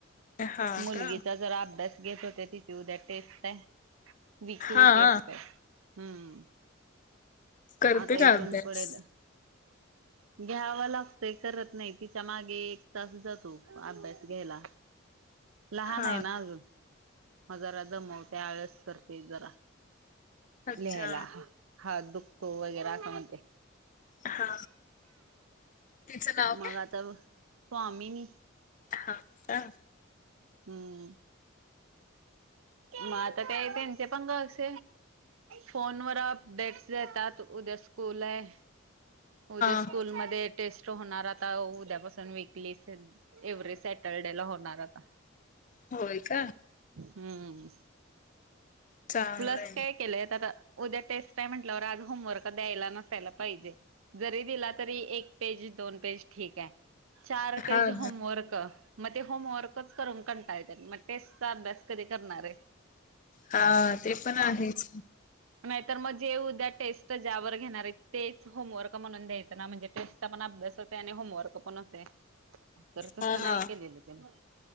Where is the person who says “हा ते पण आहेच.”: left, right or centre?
Left